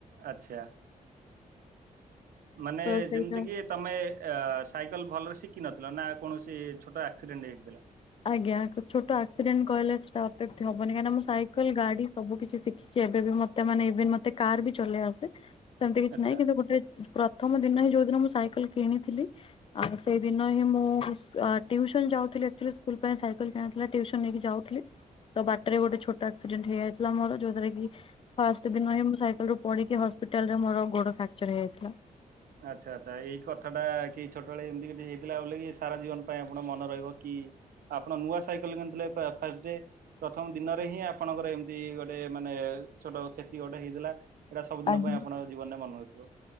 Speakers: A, on the right; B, on the left.
A: ଆଚ୍ଛା। ମାନେ
B: ତ ସେଇଟା
A: ଯେମିତି କିି ତମେ ଅଆ ସାଇକେଲ ଭଲରେ ଶିଖିିନଥିଲ ନା କୌଣସି ଛୋଟ ଆକ୍ସିଡେଣ୍ଟ୍ ହେଇଯାଇଥିଲା?
B: ଆଜ୍ଞା ଛୋଟ ଆକ୍ସିଡେଣ୍ଟ୍ କହିଲେ ସେଟା ଅପେବ୍ଧି ହବନି କାହିଁକିନା ମୁଁ ସାଇକେଲ୍ ଗାଡି ସୁବୁ କିଛି ସି କିଛି ଏବେ ବି ମତେ ମାନେ ଇଭିନ୍ ମତେ କାର୍ ବି ଚଲେଇ ଆସେ ସେମିତି କିଛି
A: ଆଚ୍ଛା।
B: ନାଇଁ କିନ୍ତୁ ଗୋଟେ ପ୍ରଥମ ଦିନ ହିଁ ଯୋଉ ଦିନ ମୁଁ ସାଇକେଲ କିଣିଥିଲି ଆଉ ସେଇଦିନ ହିଁ ମୁଁ ଟିଉସନ୍ ଯାଉଥିଲି। ସ୍କୁଲ୍ ପାଇଁ ସାଇକେଲ୍ କିଣାଥିଲା ଟ୍ୟୁସନ୍ ନେଇକି ଯାଉଥିଲଥିଲି। ତ ବାଟରେ ଗୋଟେ ଛୋଟ ଆକ୍ସିଡେଣ୍ଟ ହେଇଯାଇଥିଲା ମୋର ଯୋଉ ଟାରେ କି ଫାଷ୍ଟ୍ ଦିନ ହଁ ମୁଁ ସାଇକେଲରୁ ପିଡିକି ହସ୍ପିଟାଲ ମୋର ଗୋଡ ଫ୍ରାକ୍ଚର୍ ହେଇଯାଇଥିଲା।
A: ଆଚ୍ଛା ଆଚ୍ଛା ଏଇ କଥାଟା କି ଛୋଟବେଳେ ଏମିତି କିଛି ହେଇଥିଲା ବୋଲିକି ସାରା ଜୀବନ ପାଇଁ ଉଣା ମନେ ରହିବ କି ଆପଣ ନୂଆ ସାଇକେଲ କିଣିଥିଲେ ଫାଷ୍ଟ୍ ଡେ। ପ୍ରଥମ ଦିନରେ ହିଁ ଆପଣଙ୍କର ଏମିତି ଗୋଟେ ମାନେ ଛୋଟ କ୍ଷତି ଗୋଟେ ହେଇଥିଲା। ଏଇଟା ସବୁଦିନ
B: ଆଜ୍ଞା
A: ପାଇଁ ଆପଣଙ୍କ ଜୀବନରେ ମନେ ରହିଥିବ।